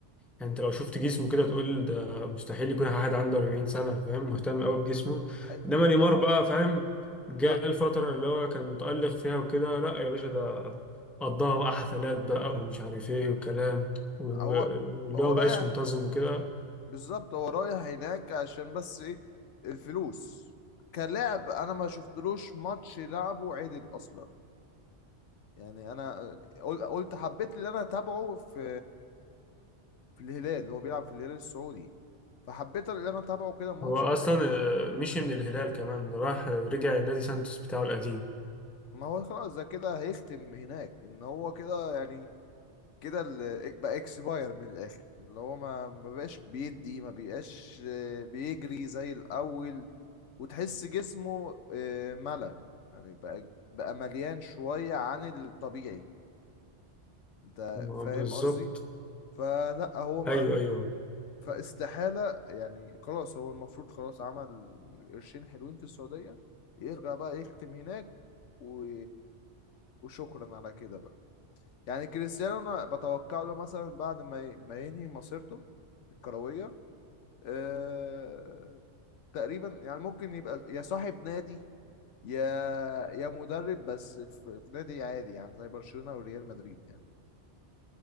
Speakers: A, in the centre; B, on the left (about 80°).
A: يعني انت لو شفت جسمه كده تقول ده مستحيل يكون حد عنده 40 سنة فاهم مهتم قوي بجسمه
B: ايوه
A: انما نيمار بقى فاهم جاء
B: ده
A: الفترة اللي هو كان متألق فيها وكده لا يا باشا ده قضاها بقى حفلات بقى ومش عارف ايه وكلام و- و-
B: هو
A: واللي
B: هو
A: هو
B: رايح
A: مبقاش منتظم وكده
B: بالظبط هو رايح هناك عشان بس ايه الفلوس كلاعب انا ما شفتلوش ماتش لعبه عدل اصلا يعني انا قل- قلت حبيت اللي انا اتابعه في في الهلال هو بيلعب في الهلال السعودي فحبيت ان انا اتابعه كده ماتش
A: هو اصلا
B: ولا حاجه
A: آه، مشي من الهلال كمان راح رجع النادي سانتوس بتاعه القديم
B: ما هو خلاص ده كده هيختم هناك ان هو كده يعني كده ال- إيه، بقى اكسباير من الاخر اللي هو ما ما بقاش بيدي ما بقاش آه، بيجري زي الاول وتحس جسمه آه، ملى يعني بقى بقى مليان شويه عن الطبيعي انت
A: بالظبط
B: فاهم قصدي فلا هو
A: ايوه ايوه
B: فاستحالة يعني خلاص هو المفروض خلاص عمل قرشين حلوين في السعودية يرجع بقى يختم هناك و... وشكرا على كده بقى يعني كريستيانو انا بتوقع له مثلا بعد ما ي... ما ينهي مسيرته الكروية أه... تقريبا يعني ممكن يبقى يا صاحب نادي يا يا مدرب بس في, في نادي عادي يعني زي برشلونة وريال مدريد يعني